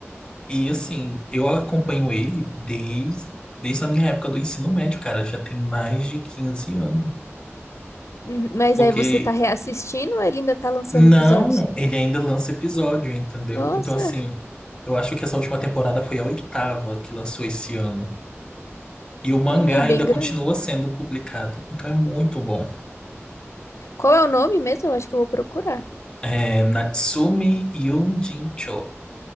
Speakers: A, on the left; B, on the left.
A: e assim, eu acompanho ele desde, desde a minha época do ensino médio, cara, já tem mais de 15 anos.
B: Uhum, Mas
A: Porque
B: aí você tá reassistindo ou ele ainda tá lançando
A: não,
B: episódios?
A: ele ainda lança episódio, entendeu?
B: Nossa.
A: Então, assim, eu acho que essa última temporada foi a oitava que lançou esse ano. E o mangá
B: Hum, É
A: ainda
B: bem
A: continua
B: grande.
A: sendo publicado, então é muito bom.
B: Qual é o nome mesmo? Eu acho que eu vou procurar.
A: É, Natsume Yonjincho,